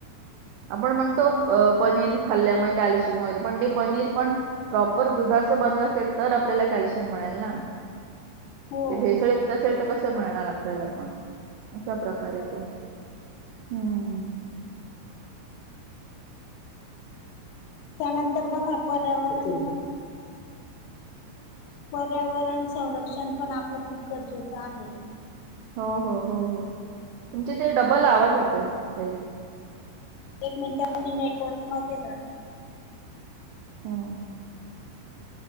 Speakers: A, on the right; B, on the left.
A: आपण म्हणतो अ पनीर खाल्ल्यामुळे कॅल्शियम वगैरे पण ते पनीर पण प्रॉपर दुधाचं बनलं असेल तर आपल्याला कॅल्शियम मिळेल ना.
B: हो
A: ते भेसळयुक्त असेल तर कसं मिळणार आपल्याला पण. असा प्रकार हाय
B: बरोबर
A: तो. हम्म.
B: त्यानंतर बघा पर्यावरण पण -- पर्यावरण संरक्षण पण आपलं खूप गरजेचं आहे.
A: हो, हो. हो, हो. तुमचे ते डब्बल आवाज येतोय ताई.
B: एक मिनिट मी नेटवर्क मध्ये जाते.
A: हम.